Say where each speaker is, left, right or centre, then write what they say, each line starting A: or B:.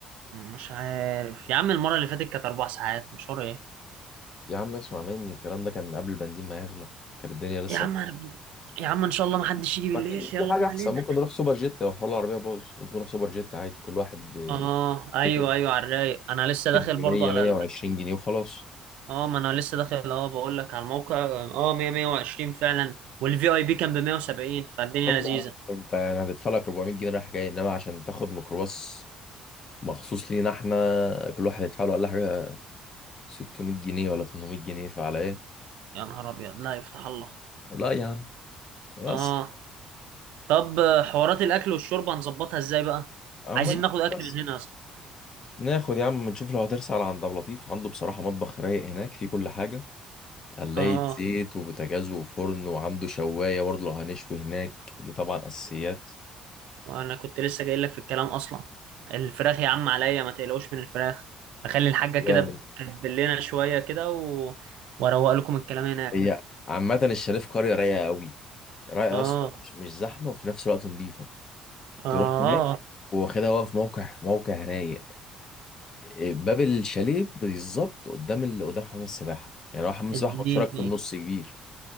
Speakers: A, on the right; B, on the left.
A: مش عارف يا عم المرة اللي فاتت كانت اربع ساعات مشوار ايه
B: يا عم اسمع مني الكلام ده كان قبل البنزين ما يغلى كانت الدنيا لسه
A: يا عم أنا... يا عم ان شاء الله ما حدش يجي بالليل
B: ما في في
A: يلا
B: حاجة
A: ما
B: أحسن
A: علينا
B: ممكن نروح سوبر جيت لو حوار العربية باظ ممكن نروح سوبر جيت عادي كل واحد آه،
A: اه ايوه
B: تيكت
A: ايوه على الرايق انا لسه
B: تيكت
A: داخل برضو
B: 100
A: على
B: 120 جنيه وخلاص
A: اه ما انا لسه داخل اه بقول لك على الموقع اه 100 120 فعلا والفي اي بي كان ب 170 فالدنيا
B: طب يا
A: لذيذه
B: عم أنت يعني هتدفع لك 400 جنيه رايح جاي إنما عشان تاخد ميكروباص مخصوص لينا إحنا كل واحد يدفع له ولا حاجة 600 جنيه ولا 800 جنيه فعلى إيه؟
A: يا نهار ابيض لا يفتح الله
B: لا يا عم بس
A: اه طب آه، حوارات الاكل والشرب هنظبطها ازاي بقى
B: عم
A: عايزين ناخد اكل
B: بس
A: من هنا اصلا
B: ناخد يا عم نشوف لو هترسل على عند أبو لطيف عنده بصراحة مطبخ رايق هناك فيه كل حاجة قلاية
A: اه
B: زيت وبوتاجاز وفرن وعنده شواية برضه لو هنشوي هناك دي طبعا أساسيات
A: وانا كنت لسه جاي لك في الكلام اصلا الفراخ يا عم عليا ما تقلقوش من الفراخ هخلي الحاجه كده
B: جامد
A: تتبل لنا شويه كده و... واروق لكم الكلام هناك
B: هي عامة الشاليه في قرية رايقة قوي رايقة
A: اه
B: يا اسطى مش مش زحمة وفي نفس الوقت نظيفة
A: اه
B: تروح هناك واخدها واقف موقع موقع رايق باب الشاليه بالظبط قدام ال... قدام حمام السباحة يعني هو حمام السباحة
A: اديني
B: مشترك في النص كبير